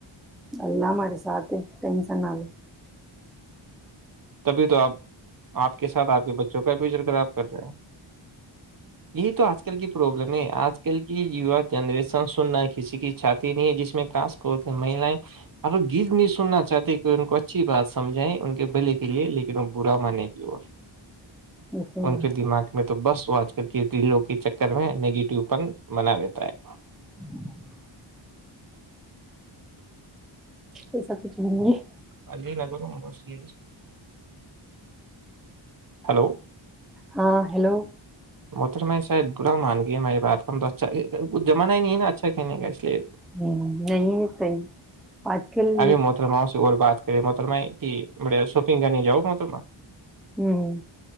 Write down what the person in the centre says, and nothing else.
اللہ ہمرے ساتات ہیں ٹینشن نہ کے
ایسے
<inaudible>
ایسا کچھ نہیں ہے
ہاں ہیلو
ہ نہیں صحیح آج کل
ہوں